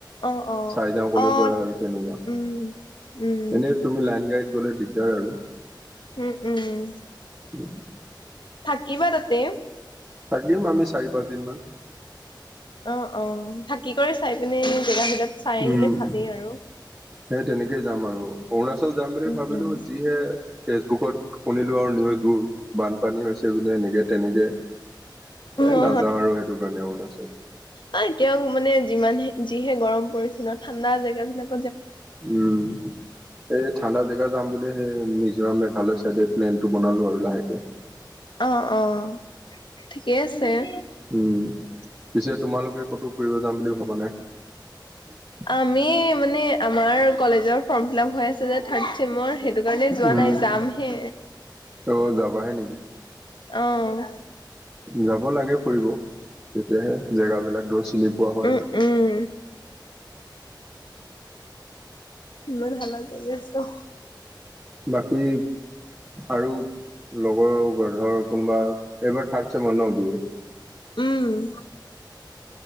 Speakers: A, on the left (about 75°); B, on the right (about 25°).
A: অ অ
B: চাই যাওঁ ক'লেও
A: অ
B: পাৰা আৰু তেনেকুৱা।
A: উম উম
B: এনে তুমি লাইন গাড়ীত গ'লে দিগদাৰ আৰু।
A: উম-উম-উম।
B: উম <inaudible>
A: থাকিবা তাতে?
B: থাকিম আমি চাৰি পাঁচ দিন মান।
A: অ অ থাকি কৰি চাই পিনে জেগা বিলাক চাই
B: উম
A: আহিলে ভালেই আৰু।
B: সেই তেনেকেই যাম আৰু অৰুণাচল যাম বুলি
A: উম
B: ভাবিলো
A: উম
B: যিহে ফেচবুকত শুনিলো আৰু নিউজবোৰ বানপানী হৈছে বোলে এনেকে তেনেকে। এ
A: অ
B: নাযাওঁ আৰু সেইটো কাৰণে অৰুণাচল।
A: আহ, এতিয়াও মানে যিমানে, যিহে গৰম পৰিছে ন ঠাণ্ডা জেগা বিলাক
B: উম' এই ঠাণ্ডা জেগাত যাম বোলে সেই মিজোৰাম, মেঘালয় চাইডে প্লেনটো বনালো আৰু লাহেকে।
A: অ-অ। ঠিকেই আছে। <inaudible>
B: উম পিছে তোমালোকে ক'তো ফুৰিব যাম বুলি ভবা নাই <inaudible>
A: আমি মানে আমাৰ কলেজৰ ফৰ্ম ফিলাপ হৈ আছে যে, থাৰ্ড মই সেইটো কাৰণে যোৱা
B: উম
A: নাই। যামহে।
B: অ যাবাহে নেকি
A: অহ।
B: যাব লাগে ফুৰিব। তেতিয়াহে, জেগাবিলাক ধৰ চিনি পোৱা হয়
A: উম
B: আৰু।
A: উম ইমান হাল্লা কৰি আছ।
B: বাকী আৰু লগৰ ধৰ কোনোবা। এইবাৰ ৰ্থাদ ছেমৰ ন বিয়েৰ?
A: উম'